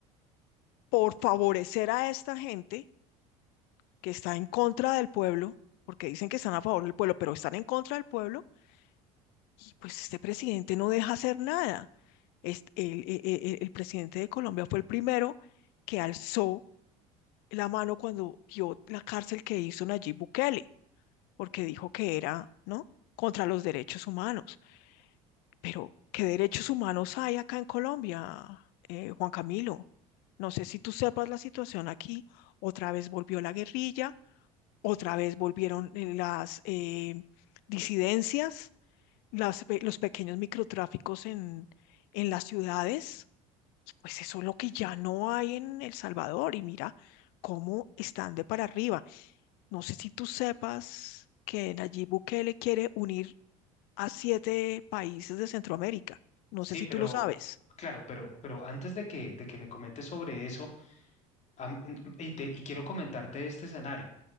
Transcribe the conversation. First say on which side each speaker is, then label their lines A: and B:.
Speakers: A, on the left (about 70°); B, on the left (about 45°).
A: por favorecer a esta gente que está en contra del pueblo, porque dicen que están a favor del pueblo, pero están en contra del pueblo, y pues este presidente no deja hacer nada. Este, el, el- el- el presidente de Colombia fue el primero que alzó la mano cuando vio la cárcel que hizo Nayib Bukele, porque dijo que era, ¿no? contra los derechos humanos. Pero, ¿qué derechos humanos hay acá en Colombia, eh, Juan Camilo? No sé si tú sepas la situación aquí. Otra vez volvió la guerrilla, Otra vez volvieron eh, las eh, disidencias, las pe- los pequeños microtráficos en, en las ciudades. Pues eso es lo que ya no hay en El Salvador. Y mira cómo están de para arriba. No sé si tú sepas que Nayib Bukele quiere unir a siete países de Centroamérica. No
B: Sí,
A: sé si
B: pero
A: tú lo sabes.
B: claro, pero, pero antes de que, de que me comentes sobre eso, Am- en- Y, te- y quiero comentarte este escenario